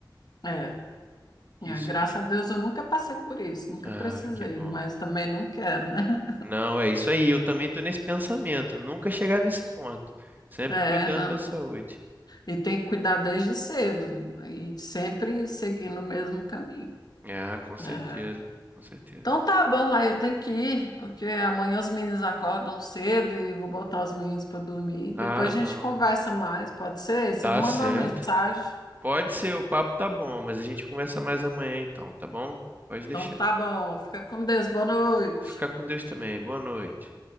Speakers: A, on the left; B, on the right.
A: É,
B: Isso
A: é, graças
B: é,
A: a Deus eu nunca passei por isso, nunca
B: Ah,
A: precisei,
B: que bom.
A: mas também não quero, né? <laughs>
B: Não, é isso aí. Eu também tô nesse pensamento. Nunca chegar nesse ponto. Sempre
A: É,
B: cuidando
A: não.
B: da saúde.
A: E tem que cuidar desde cedo e sempre seguindo o mesmo caminho.
B: Ah, com certeza.
A: É.
B: Com certeza.
A: Então tá bom, aí eu tenho que ir, porque amanhã os meninos acordam cedo e vou botar os meninos para dormir.
B: Ah,
A: Depois
B: não.
A: a gente conversa mais, pode ser? Você
B: Tá
A: me manda
B: certo.
A: uma mensagem.
B: Pode ser, o papo tá bom, mas a gente conversa mais amanhã então, tá bom? Pode deixar.
A: Então tá bom, fica com Deus, boa noite.
B: Fica com Deus também. Boa noite.